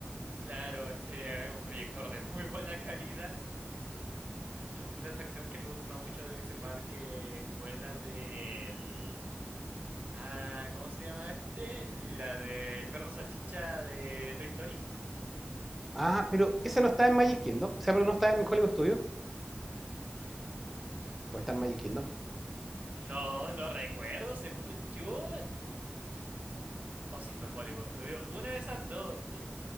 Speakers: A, on the right; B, in the centre.
A: Claro, ese es un proyector de muy buena calidad. Yo- Una atracción que me gustó mucho de ese parque fue la del... Ah, ¿cómo se llama este? La del perro salchicha de Toy Story.
B: Ah, pero ese no está en Magic Kingdom, o sea, pero no está en Hollywood Studios, o está en Magic Kingdom.
A: No, no recuerdo, según yo. O si fue Hollywood Studio. Una de esas dos. De